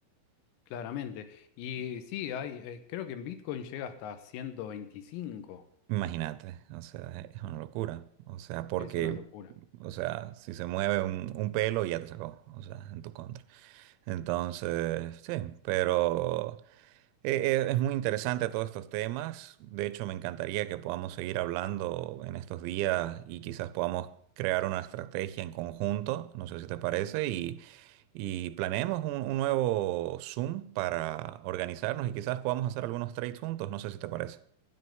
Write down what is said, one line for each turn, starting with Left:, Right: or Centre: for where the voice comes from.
Left: claramente. Y sí, hay, eh, creo que en Bitcoin llega hasta 125,
Right: Imagínate, o sea, es una locura. O sea, porque,
Left: es una locura.
Right: o sea, si se mueve un, un pelo ya te sacó, o sea, en tu contra. Entonces, sí, pero eh, eh, es muy interesante todos estos temas. De hecho, me encantaría que podamos seguir hablando en estos días y quizás podamos crear una estrategia en conjunto, no sé si te parece, y, y planeemos un, un nuevo Zoom para organizarnos y quizás podamos hacer algunos trades juntos, no sé si te parece.